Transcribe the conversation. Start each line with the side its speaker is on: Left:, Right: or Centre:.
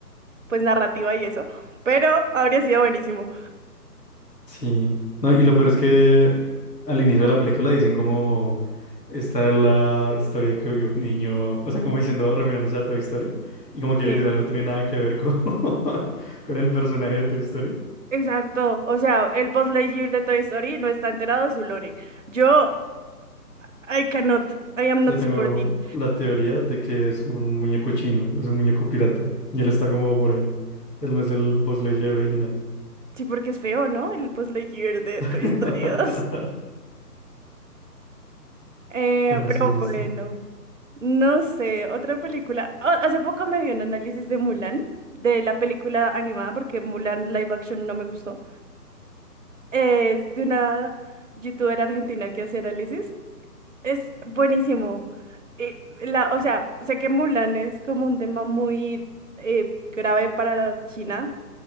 Right: pues, narrativa y eso, pero habría sido buenísimo.
Left: Sí, no, y lo peor es que al inicio de la película dicen como esta es la historia que vio un niño, o sea, como diciendo, refiriéndose a Toy Story, y como que
Right: Sí,
Left: literal no tiene nada que ver con, <laughs> con el personaje de Toy Story.
Right: exacto. O sea, el Buzz Lightyear de Toy Story no está enterado de su lore. Yo, I cannot, I am
Left: Yo
Right: not
Left: tengo
Right: supporting.
Left: la teoría de que es un muñeco chino, es un muñeco pirata, y él está como por ahí. Él no es el Buzz Lightyear original.
Right: Sí, porque es feo, ¿no? El Buzz Lightyear de
Left: <laughs>
Right: Toy Story 2. Eh,
Left: ¿Qué más
Right: pero
Left: has visto?
Right: bueno, no sé, otra película. Ah, hace poco me vi un análisis de Mulan, de la película animada, porque Mulan live action no me gustó. Es de una youtuber argentina que hace análisis. Es buenísimo. Eh, la, o sea, sé que Mulan es como un tema muy eh, grave para la China